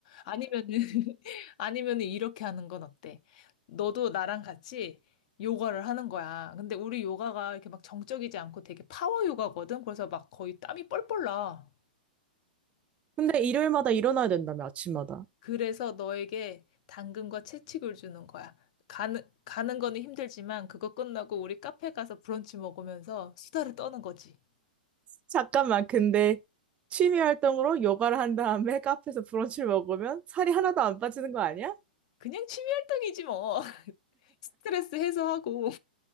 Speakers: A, on the left (about 50°); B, on the right (about 25°).
A: 아니면은, <laughs> 아니면은 이렇게 하는 건 어때? 너도 나랑 같이 요가를 하는 거야. 근데 우리 요가가 이렇게 막 정적이지 않고 되게 파워 요가거든? 그래서 막 거의 땀이 뻘뻘 나.
B: 근데 일요일마다 일어나야 된다며, 아침마다.
A: 그래서 너에게 당근과 채찍을 주는 거야. 가는, 가는 거는 힘들지만 그거 끝나고 우리 카페 가서 브런치 먹으면서 수다를 떠는 거지.
B: 잠깐만, 근데 취미 활동으로 요가를 한 다음에 카페에서 브런치를 먹으면 살이 하나도 안 빠지는 거 아니야?
A: 그냥 취미 활동이지 뭐. <laughs> 스트레스 해소하고.